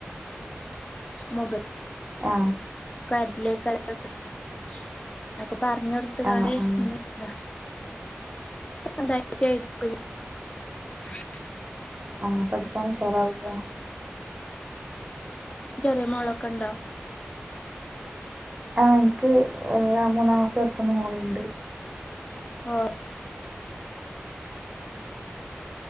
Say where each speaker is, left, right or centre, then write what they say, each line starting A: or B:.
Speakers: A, on the left; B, on the right.
A: മൊബൈ
B: ആ
A: കലക്കല്ല ന <unintelligible> പറഞ്ഞ് കൊടുത്ത് കാളെ
B: ആഹ് ആഹ്
A: മനല്ല രണ്ടായിരത്തി്യ <unintelligible> ഹം <inaudible>
B: ആ പഠിക്കാൻ ഉഷാറാവൂല്ലേ
A: ചെറിയ മോളൊക്കെ ഉണ്ടോ
B: ആ എനിക്ക് മൂന്നാം ക്ലാസ് പഠിക്കുന്ന മോളുണ്ട്
A: ഓ